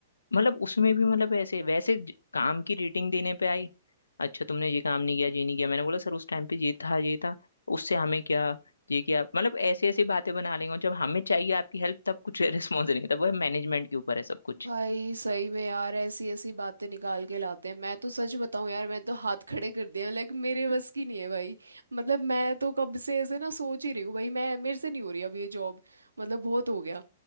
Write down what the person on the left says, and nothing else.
मतलब उसमें भी मतलब ऐसे वैसे ज- काम की रेटिंग देने पे आई अच्छा तुमने ये काम नहीं किया ये नहीं किया मैंने बोला सर उस टाइम पे ये था ये था उससे हमें क्या ये क्या मतलब ऐसी ऐसी बातें बना लेंगे और जब हमें चाहिए आपकी हेल्प तब कुछ <laughs> रिस्पॉन्स नहीं तब वो मैनेजमेंट के ऊपर है सब कुछ